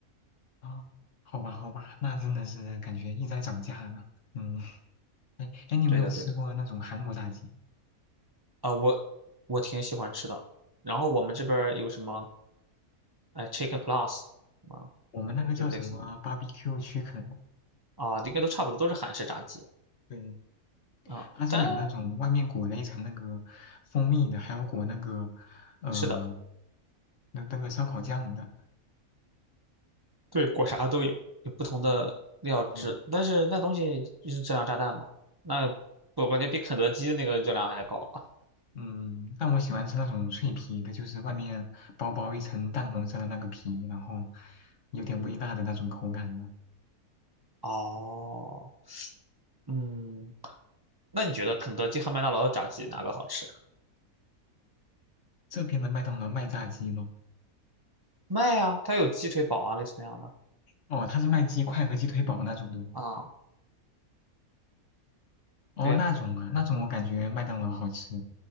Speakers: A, on the left (about 60°); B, on the right (about 40°).
A: 啊，好吧好吧，那真的是感觉一直在涨价呢。嗯，哎哎，你有没有吃过那种韩国炸鸡？
B: 对的对的，啊我我挺喜欢吃的，然后我们这边儿有什么哎 Chicken Plus 啊，
A: 我们那个叫什么
B: 呃这种类似
A: barbecue chicken？
B: 啊，应该都差不多，都是韩式炸鸡
A: 对，
B: 啊，
A: 它是有那种外面裹了一层那个蜂蜜的，
B: 但。
A: 还有裹那个呃
B: 是的。
A: 那那个烧烤酱的。
B: 对，裹啥的都有，有不同的料汁，
A: 嗯嗯
B: 但是那东西就是质量炸弹嘛，那我感觉比肯德基的那个热量还高。
A: 嗯，但我喜欢吃那种脆皮的，就是外面薄薄一层淡红色的那个皮，然后有点微辣的那种口感的。
B: 哦，嗯，那你觉得肯德基和麦当劳的炸鸡哪个好吃？
A: 这边的麦当劳卖炸鸡吗？
B: 麦啊，它有鸡腿堡啊，类似那样的
A: 哦，它是卖鸡块和鸡腿堡那种的。
B: 啊。
A: 哦，
B: 对呀、
A: 那种啊，那种我感觉麦当劳好吃，